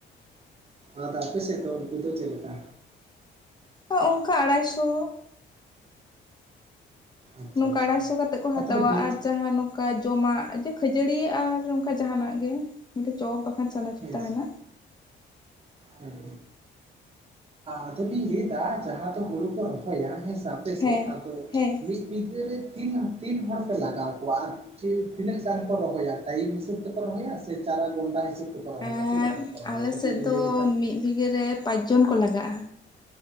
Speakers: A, on the right; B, on the left.
A: ᱟᱫᱚ ᱟᱯᱮ ᱥᱮᱫ ᱫᱚ ᱩᱱᱠᱩ ᱫᱚ ᱪᱮᱫ ᱞᱮᱠᱟ?
B: ᱚ ᱚᱱᱠᱟ ᱟᱲᱟᱭ ᱥᱚ᱾
A: ᱟᱪᱪᱷᱟ
B: ᱱᱚᱝᱠᱟ
A: ᱟᱪᱪᱷᱟ
B: ᱟᱲᱟᱭᱥᱚ ᱠᱟᱛᱮᱜ ᱠᱚ ᱦᱟᱛᱟᱣᱟ
A: ᱛᱟᱦᱚᱞᱮ ᱵᱤ
B: ᱟᱨ ᱡᱟᱦᱟᱸ ᱱᱚᱜ ᱠᱟ ᱡᱚᱢᱟᱜ ᱡᱮ ᱠᱷᱟᱹᱡᱟᱹᱲᱤ ᱟᱨ ᱚᱱᱠᱟ ᱡᱟᱦᱟᱱᱟᱜ ᱜᱮ, ᱢᱤᱫ ᱪᱚᱯ ᱵᱟᱠᱷᱟᱱ ᱪᱟᱱᱟᱪᱚᱨ
A: ᱦᱮᱸ
B: ᱛᱟᱦᱮᱱᱟ᱾
A: ᱦᱮᱸ ᱟᱫᱚᱞᱤᱧ ᱞᱟᱹᱭᱟ ᱡᱟᱦᱟᱸ ᱫᱚ ᱦᱩᱲᱩ ᱠᱚ ᱨᱚᱦᱚᱭᱟ ᱦᱮᱸ ᱥᱟ ᱯᱮᱥᱮ
B: ᱦᱮᱸ
A: ᱟᱫᱚ
B: ᱦᱮᱸ
A: ᱢᱤᱫ ᱵᱤᱜᱷᱟᱹᱨᱮ ᱛᱤᱱ ᱛᱤᱱ ᱦᱚᱲ ᱯᱮ ᱞᱟᱜᱟᱣ ᱠᱚᱣᱟ ᱟᱨ ᱪᱤᱞ ᱛᱤᱱᱟᱹᱜ ᱜᱟᱱ ᱠᱚ ᱨᱚᱦᱚᱭᱟ ᱴᱟᱭᱤᱢ ᱦᱤᱥᱟᱹᱵᱽ ᱛᱮᱠᱚ ᱨᱚᱦᱚᱭᱟ ᱥᱮ ᱪᱟᱨᱟ ᱜᱚᱱᱰᱟ ᱦᱤᱥᱟᱹᱵ ᱛᱮᱠᱚ ᱠᱚ ᱨᱚᱦᱚᱣᱟ
B: ᱮᱸ
A: ᱪᱮᱫ ᱞᱮᱠᱟᱛᱮ ᱠᱚ ᱨᱚᱦᱚᱣᱟ?
B: ᱟᱞᱮ
A: ᱠᱟᱹᱴᱤᱡ
B: ᱥᱮᱫ
A: ᱵᱤᱱ
B: ᱫᱚ
A: ᱞᱟᱹᱭ ᱞᱮᱠ
B: ᱢᱤᱫ ᱵᱤᱜᱷᱟᱹ ᱨᱮ ᱯᱟᱸᱪ ᱡᱚᱱ ᱠᱚ ᱞᱟᱜᱟᱜᱼᱟ᱾